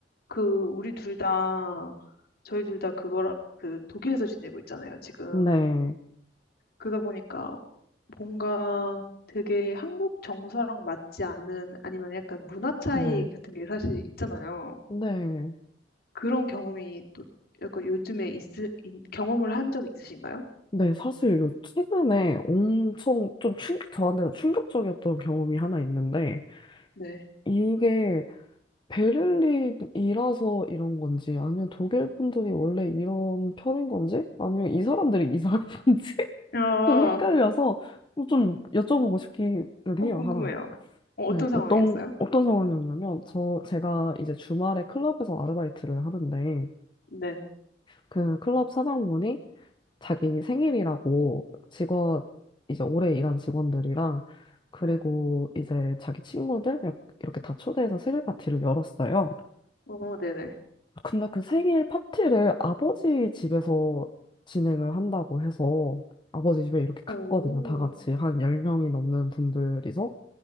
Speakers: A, on the left; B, on the left.
A: 그 우리 둘 다, 저희 둘 다 그걸 그 독일에서 지내고 있잖아요, 지금.
B: 네,
A: 그러다 보니까 뭔가 되게 한국 정서랑 맞지 않은 아니면 약간 문화 차이
B: 네,
A: 같은 게 사실 있잖아요.
B: 네.
A: 그런 경험이 또 약간 요즘에 있, 있 경험을 한 적이 있으신가요?
B: 네, 사실 요 최근에 엄청 좀 충격, 저한테는 충격적이었던 경험이 하나 있는데,
A: 네.
B: 이게 베를린이라서 이런 건지, 아니면 독일 분들이 원래 이런 편인 건지, 아니면 이 사람들이 이상한 건지, <laughs>
A: 아,
B: 좀 헷갈려서 뭐 좀 여쭤보고 싶기는
A: 어,
B: 해요,
A: 궁금해요.
B: 하나.
A: 어, 어떤
B: 네,
A: 상황이었어요?
B: 어떤, 어떤 상황이었냐면, 저, 제가 이제 주말에 클럽에서 아르바이트를 하는데,
A: 네.
B: 그 클럽 사장분이 자기 생일이라고 직원, 이제 오래 일한 직원들이랑 그리고
A: 네.
B: 이제 자기 친구들 이렇- 게 다 초대해서 생일 파티를 열었어요.
A: 어, 네네.
B: 근데 그 생일 파티를 아버지 집에서 진행을 한다고 해서 아버지 집에 이렇게 갔거든요.
A: 오.
B: 다 같이 한 10명이 넘는 분들이서.